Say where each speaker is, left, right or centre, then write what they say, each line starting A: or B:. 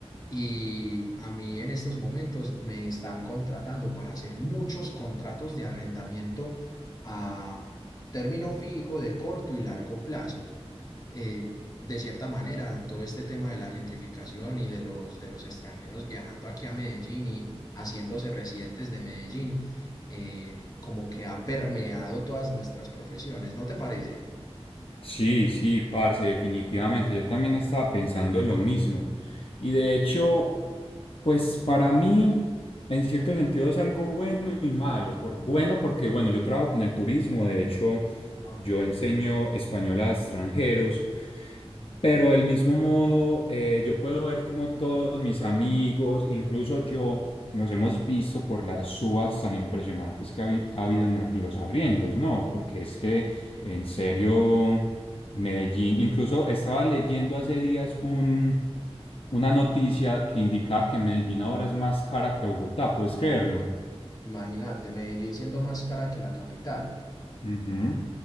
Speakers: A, on the left (about 35°); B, on the left (about 60°).
A: Y a mí en estos momentos me están contratando para hacer muchos contratos de arrendamiento a término fijo de corto y largo plazo. Eh, de cierta manera, todo este tema de la gentrificación y de los, de los extranjeros viajando aquí a Medellín y haciéndose residentes de Medellín, eh, como que ha permeado todas nuestras profesiones, ¿no te parece?
B: Sí, sí, parce, definitivamente. Yo también estaba pensando en lo mismo. Y de hecho, pues para mí, en cierto sentido, es algo bueno y malo. Por, bueno, porque bueno, yo trabajo con el turismo. De hecho,
A: Ah, ok.
B: yo enseño español a extranjeros.
A: Sí.
B: Pero del mismo modo, eh, yo puedo ver como todos mis amigos, incluso yo, nos hemos visto por las subas tan impresionantes que ha, habi- ha habido en en los arriendos, ¿no? Porque es que, en serio. Medellín. Incluso estaba leyendo hace días un, una noticia que indicaba que Medellín ahora es más cara que Bogotá, ¿puedes creerlo?
A: Imagínate, Medellín siendo más cara que la capital,
B: Ujú.